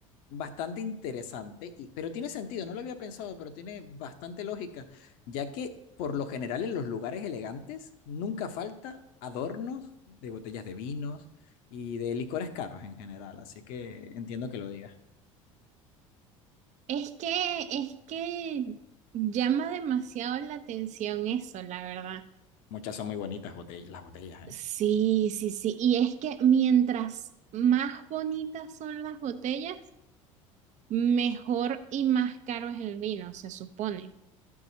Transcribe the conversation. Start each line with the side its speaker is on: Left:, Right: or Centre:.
Left: bastante interesante, y, pero tiene sentido, no lo había pensado, pero tiene bastante lógica, ya que por lo general en los lugares elegantes nunca falta adornos de botellas de vinos y de licores caros en general, así que entiendo que lo digas.
Right: es que, es que llama demasiado la atención eso, la verdad.
Left: Muchas son muy bonitas botellas, las botellas,
Right: Sí,
Left: ¿eh?
Right: sí, sí. Y es que mientras más bonitas son las botellas, mejor y más caro es el vino, se supone.